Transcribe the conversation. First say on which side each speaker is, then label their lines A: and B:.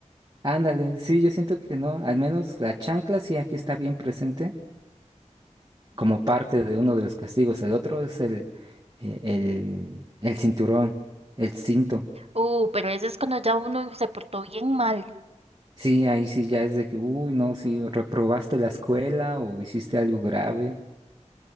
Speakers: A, on the right (about 30°); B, on the right (about 50°).
A: Ándale, sí, yo siento que no. Al menos la chancla sí aquí está bien presente como parte de uno de los castigos. El otro es el, eh, el, el cinturón, el cinto.
B: Uh, pero ese es cuando ya uno se portó bien mal.
A: Sí, ahí sí ya es de que, uy, no, si reprobaste la escuela o hiciste algo grave.